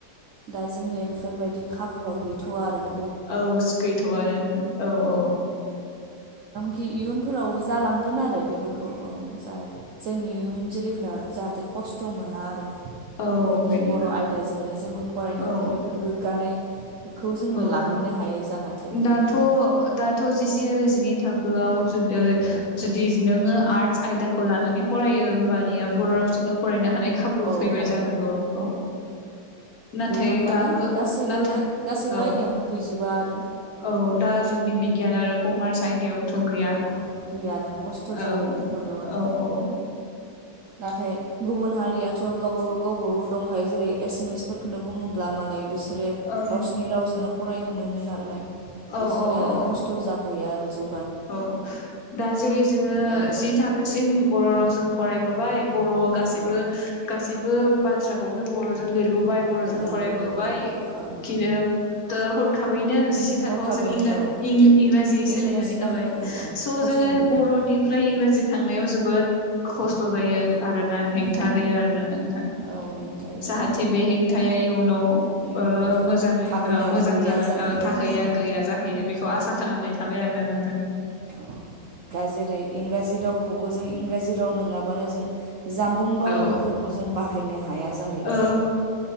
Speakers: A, on the right; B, on the left.
A: दा जोंनिया बेफोरबायदि खाबुआ गैथ'वआ आरो ना
B: औ गैथ'आनो औ औ
A: कि इयुनफोराव जालांगोन आरो बेफोरखौ औ जोंनि इयुन जोलैफोरा जाहाथे खस्थ' मोना आरो
B: औ
A: एखि
B: बेनो
A: बर' आयदाजोंनो जोंबो फरायनो
B: औ
A: मोनो बेफोर गोग्गानाय खौ जोंबो
B: औ
A: लाहैनो हायो जाहाथे बेफोरबायदि
B: दाथ' दाथ' जिसे आरो जिनै थाखोयाव
A: औ
B: जुदि
A: औ
B: नोंयो आरथस आयदाखौ लाना फरायो होमबा मानिया
A: औ
B: बर' रावजोंनो फरायनो हानाय खाबु
A: औ
B: फैबाय
A: हायो
B: जानांगौ औ नाथाय
A: बेबो माने
B: दाबो
A: गासैबो
B: नाथाय
A: गासैबो
B: औ
A: आयदायावनो गैजोबा आरो
B: औ दा जोंनि बिगियान आरो कमार्स आयदायावथ' गैया
A: औ गैयानो खस्थ' जायो
B: औ
A: बेफोराव आरो
B: औ औ।
A: नाथाय गुबुन हारियाथ' गावबागाव गावबागाव दंखायो जेरै एसामिसफोरखौनो बुङोब्ला अब्ला मालाय बिसोरो
B: औ
A: गावसिनि रावजोंनो फरायनो मोनो नालाय।
B: औ
A: बिसोरो
B: औ
A: आरो
B: औ
A: खस्थ' जाहैयो आरो जौ
B: औ दा जेरै जोङो
A: औ
B: जि थाखोसिम बर‌' रावजों फरायबोबाय। बर‌‌' गासिबो
A: औ
B: गासिबो बाथ्राखौनो बर'जों लिरबोबाय, बर'जों
A: औ
B: फरायबोबाय
A: लिरबोबाय औ
B: खिनोथो हरखाबैनो जिसे थाखोआव
A: हरखाबैनो
B: जों इंला
A: औ
B: इंलि इंराजि सोलायनानै
A: इंराजि
B: होबाय।
A: बाहायनांगौबां
B: स
A: खस्थ'
B: जोङो
A: मोनो
B: बरनिफ्राय
A: आरो
B: इंराजि थांनायाव जोबोद खस्थ' जायो आरोना, हेंथा
A: औ
B: होयो आरोना नोंथां।
A: औ हेंथा होयो
B: जाहाथे
A: औ
B: बे हेंथाया इयुनाव
A: इयुनाव
B: ओ मोजाङै
A: थाहैयो
B: ओ
A: आरो
B: मोजां
A: गैया
B: जालाङो
A: जाहैयो
B: ओ था हैया
A: औ
B: गैया जाहैयो बेखौ आसा खालामनाय थाबाय आरोना नोंथां।
A: औ दा जेरै इंराजि रावखौबो जों इंराजि राव नोङाबानो जों जामबुं बा
B: औ
A: मबाइलफोरखौ जों बाहायनो हाया जाहैयो।
B: औ